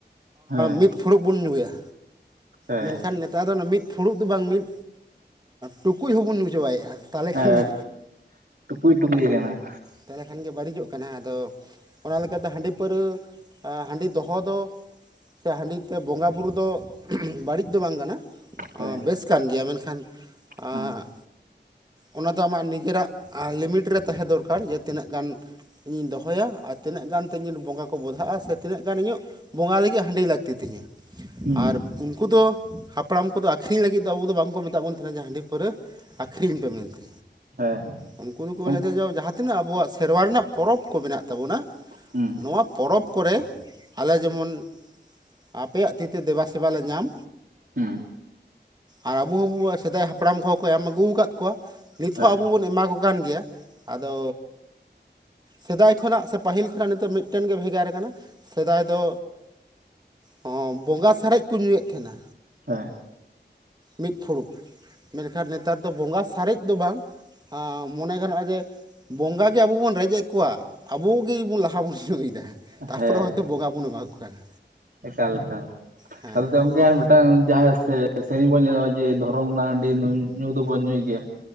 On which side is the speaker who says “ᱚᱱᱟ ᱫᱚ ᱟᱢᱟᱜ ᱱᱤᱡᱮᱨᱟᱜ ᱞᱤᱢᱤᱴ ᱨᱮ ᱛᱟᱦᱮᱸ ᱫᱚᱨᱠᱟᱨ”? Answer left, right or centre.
Right